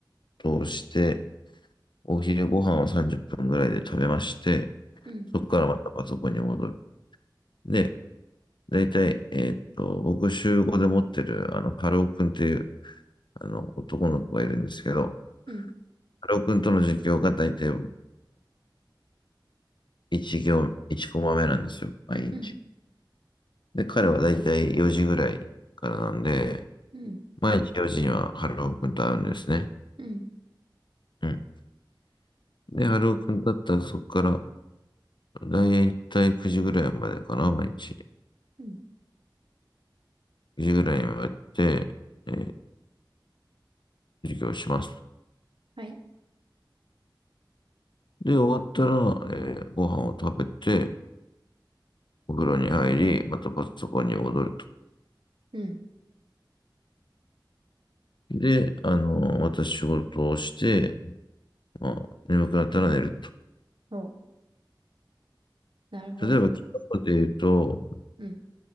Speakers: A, on the left; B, on the right.
A: をして、お昼ご飯を30分ぐらいで食べまして、
B: うん、
A: そこからまたパソコンに戻る。で、だいたい、えっと、僕週5で持ってる、あの、ハローくんっていう、あの、男の子がいるんですけど、
B: うん、
A: ハローくんとの授業がだいたい、あの、1行、1コマ目なんですよ、毎日。
B: うん、
A: で、彼はだいたい4時ぐらいからなんで、
B: うん、
A: 毎日4時には春尾くんと会うんですね。
B: うん、
A: うん。で、春尾くんだったらそこから、だいたい9時ぐらいまでかな、毎日。
B: うん、
A: 9時ぐらいまでやって、えー授業します。
B: はい、
A: で、終わったら、えーご飯を食べて、お風呂に入り、またパソコンに戻ると。
B: うん、
A: で、あのー、私仕事をして、まあ、眠くなったら寝ると。
B: お、なるほど。
A: 例えば、昨日で言うと、
B: うん、